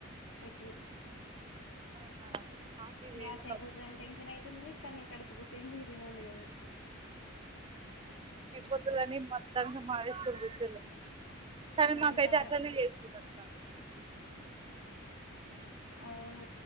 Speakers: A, on the left; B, on the right.
A: పెట్ట్ న్నా
B: అవునా మాకు
A: గ్యాస్
B: ఏదన్నా
A: అయిపోతదని
B: ఒకటి
A: టెన్షన్ అయితుంది. కానీ కడపుకు తిండీ తినాలికద, ప్చ్
B: ఒత్తుల్లన్ని మొత్తాంగా మానేసుకొని కూర్చోలేము. కదా కానీ నాకైతే
A: ఇందాక
B: అట్లనే ఏస్ తున్నరు.
A: అవునా